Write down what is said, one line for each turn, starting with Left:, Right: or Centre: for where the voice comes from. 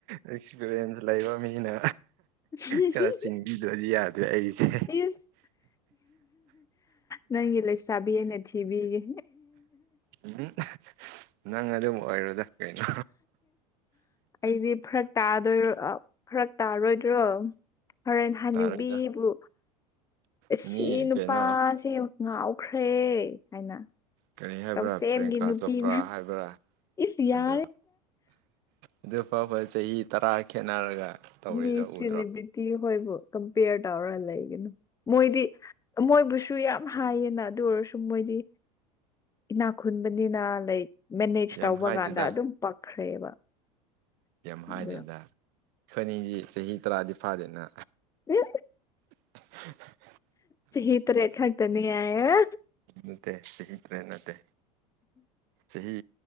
Right: ꯑꯦꯛꯁꯄꯤꯔꯤꯌꯦꯟꯁ ꯂꯩꯕ ꯃꯤꯅ
Left: <inaudible>
Right: ꯈꯔ ꯆꯤꯡꯕꯤꯗ꯭ꯔꯗꯤ ꯌꯥꯗ꯭ꯔꯦ ꯑꯩꯁꯦ
Left: ꯏꯁ ꯅꯪꯒꯤ ꯂꯩꯁꯥꯕꯤ ꯑꯩꯅ ꯊꯤꯕꯤꯒꯦ
Right: ꯎꯝ ꯅꯪ ꯑꯗꯨꯝ ꯑꯣꯏꯔꯣꯏꯗ ꯀꯩꯅꯣ
Left: ꯑꯩꯗꯤ ꯐꯔꯛ ꯇꯥ ꯐꯔꯛ ꯇꯥꯔꯣꯏꯗ꯭ꯔꯣ ꯍꯣꯔꯦꯜ ꯍꯥꯅꯨꯕꯤꯕꯨ
Right: ꯇꯥꯔꯣꯏꯗ
Left: ꯑꯁꯤ
Right: ꯃꯤ
Left: ꯅꯨꯄꯥꯁꯦ
Right: ꯀꯩꯅꯣ
Left: ꯉꯥꯎꯈ꯭ꯔꯦ ꯍꯥꯏꯅ
Right: ꯀꯔꯤ ꯍꯥꯏꯕ꯭ꯔꯥ
Left: ꯇꯧꯁꯦꯝꯒꯤ
Right: ꯄ꯭ꯔꯤꯌꯥꯡꯀꯥ
Left: ꯅꯨꯄꯤꯅ
Right: ꯆꯣꯄ꯭ꯔꯥ ꯍꯥꯏꯕ꯭ꯔꯥ
Left: ꯏꯁ ꯌꯥꯔꯦ
Right: ꯑꯗꯣ ꯑꯗꯨ ꯐꯥꯎꯕꯥ ꯆꯍꯤ ꯇꯔꯥ ꯈꯦꯠꯅꯔꯒ ꯇꯧꯔꯤꯗꯣ
Left: ꯃꯤ ꯁꯂꯤꯕ꯭ꯔꯤꯇꯤ
Right: ꯎꯗ꯭ꯔꯣ
Left: ꯍꯣꯏ ꯕꯣ ꯀꯝꯄꯦꯌꯔ ꯇꯧꯔ ꯂꯩꯒꯅꯨ ꯃꯣꯏꯗꯤ ꯃꯣꯏꯕꯨꯁꯨ ꯌꯥꯝ ꯍꯥꯏꯌꯦꯅ ꯑꯗꯨ ꯑꯣꯏꯔꯁꯨ ꯃꯣꯏꯗꯤ ꯏꯅꯥꯈꯨꯟꯕꯅꯤꯅ ꯂꯥꯏ ꯃꯦꯅꯦꯖ
Right: ꯌꯥꯝ
Left: ꯇꯧꯕ
Right: ꯍꯥꯏꯗꯦꯗ
Left: ꯀꯥꯟꯗ ꯑꯗꯨꯝ ꯄꯛꯈ꯭ꯔꯦꯕ
Right: ꯀꯦꯝ
Left: ꯑꯗꯨ
Right: ꯍꯥꯏꯗꯦꯗ ꯑꯩꯈꯣꯏ ꯑꯅꯤꯗꯤ ꯆꯍꯤ ꯇꯔꯥꯗꯤ ꯐꯥꯗꯦꯅ
Left: ꯎ
Right: <inaudible>
Left: ꯆꯍꯤꯍꯤ ꯇ ꯔꯦꯈꯥꯗꯅꯤ ꯍꯥꯏꯌꯦ
Right: ꯅꯠꯇꯦ ꯆꯍꯤ ꯇꯔꯦꯠ ꯅꯠꯇꯦ ꯆꯍꯤ